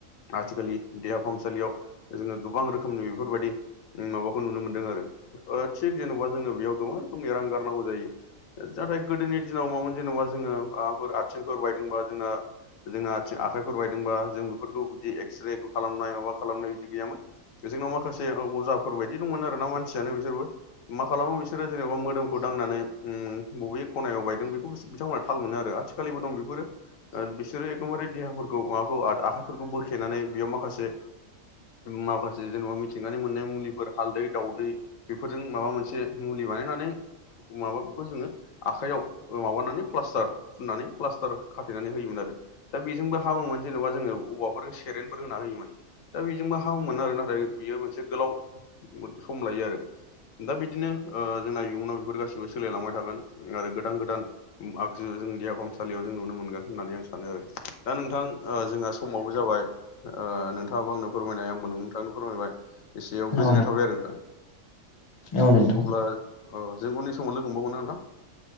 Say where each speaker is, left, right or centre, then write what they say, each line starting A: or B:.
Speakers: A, on the left (about 75°); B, on the left (about 30°).
A: आथिखालनि देहा फाहामसालियाव जोङो गोबां रोखोमनि बेफोरबादि माबाखौ नुनो मोनदों आरो थिग जेन'बा जोङो बेयाव गोबां रोखोमनि रां गारनांगौ जायो। नाथाय गोदोनि दिनाव मामोन जेनबा जोङो माबाफोर आथिंफोर बायदोंबा जोंना जोंहा आथिं आखाइफोर बायदोंबा जों बेफोरखौ बिदि एक्सरे खालामनाय माबा खालामनाय बिदि गैयामोन। जोंनाव माखासे अजाफोर बायदि दंमोन आरोना मानसियानो बिसोरबो मा खालामो बिसोरो जेनेबा मोदोमखौ दांनानै बबे खनायाव बायदों बे बिथांमोनहा थाल मोनो आरो आथिखालिबो दं बेफोरो। बिसोरो एकदमबारे देहाफोरखौ माबाखौ आखाइफोरखौ बोखेनानै बेयाव माखासे माखासे जेनबा मिथिंगानि मोननाय मुलिफोर हालदै दावदै बेफोरजों माबा मोनसे मुलि बानायनानै माबा बेखौ जोङो आखायाव ओ माबानानै प्लास्टार फुननानै प्लास्टार खाथेनानै होयोमोन आरो। दा बेजोंबो हामोमोन जेन'बा जोङो औवाफोरजों सेरेनफोर होना होयोमोन। दा बेजोंबो हामोमोन आरो नाथाय बियो मोनसे गोलाव सम लायो आरो। दा बिदिनो ओ जोंना इयुनाव बेफोर गासिबो सोलायलांबाय थागोन आरो गोदान गोदान आगजु जों देहा फाहामसालियाव जों नुनो मोनगोन होननानै आं सानो आरो। दा नोंथां ओ जोंहा समाबो जाबाय ओ नोंथाङाबो आंनो फोरमायनाय आंबो नोंथांनो फोरमायबाय। एसेयाव गोजोननाय
B: औ नोंथां
A: थाबाय आरो नोंथां।
B: औ नोंथां
A: अब्ला औ जों उननि समाव लोगो मोनबाव गोनना नोंथां।